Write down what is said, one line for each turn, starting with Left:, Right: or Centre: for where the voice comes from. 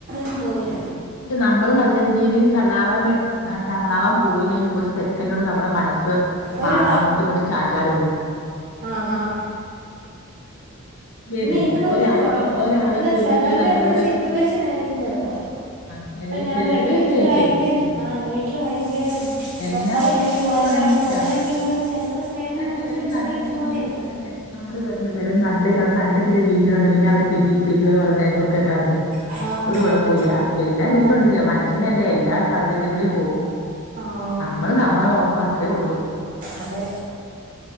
Right: <unintelligible> പോകൂല
Left: പക്ഷെ നമ്മള് നല്ല രീതീല് ചള്ളാവാന്ന് ആ ചള്ളാവാൻ പോയില്ലെലും ഒരു സെക്കന്റോണ്ട് നമ്മുടെ മനസ്സ്
Right: ഒരു
Left: മാ അങ്ങോട്ടും ഇങ്ങോട്ടും ചാഞ്ചാടുല്ലോ
Right: ആഹ് ആഹ്
Left: പ്പ്യല്ലേ
Right: എനിക്ക് തോന്നുന്നു
Left: ഒരാ
Right: കുറേ
Left: ഒരാള്
Right: അല്ല
Left: ദുരിതത്തില്
Right: ചിലരുടെയൊക്കെ
Left: നമ്മളോട്
Right: സിറ്റുവേഷൻ ആയിരിക്കും ചിലപ്പോൾ
Left: ആഹ് ചെല
Right: ഇപ്പം ഞാൻ
Left: ചെലരുടെയൊക്കെ
Right: പറയാം വീട്ടിൽ
Left: ആയിരിക്കും
Right: ഭയങ്കര
Left: ഉം
Right: ആ വീട്ടിൽ ഭയങ്കര
Left: എല്ലാ
Right: ഭർത്താവ്
Left: ഒന്നും
Right: ഭയങ്കര
Left: നമുക്ക്
Right: മോശമാണ്
Left: പറയാൻ പ ല്ലാ
Right: അങ്ങനെയൊക്കെ ഉള്ളവർ ചിലപ്പോൾ സ്നേഹം
Left: ന്താച്ചാല്
Right: കാണിച്ച്
Left: ഒരു
Right: വരുന്നവരടുത്ത്
Left: നല്ല <unintelligible>
Right: പോകുന്നതായിരിക്കും
Left: നമ്മള് കേട്ട്ണ്ട് ചെലര് നല്ല അവര് നല്ലതില് ജീവിക്കുന്നുണ്ട് പിന്നെ അവര് പിരി പിരിയുകന്ന് പറയുന്നൊക്കും കേക്കാറില്ലേ
Right: ആ അതെ
Left: ഒരു കൊഴപ്പുല്ല എല്ലാരീതിയിലും
Right: ആ
Left: ഉണ്ട് മനുഷ്യനല്ലേ എല്ലാ സാഹചര്യത് കൂടിം പോകും
Right: ആഹ്
Left: നമ്മള് നമ്മളെ നോക്കും അത്രേ ഒള്ളൂ
Right: അതെ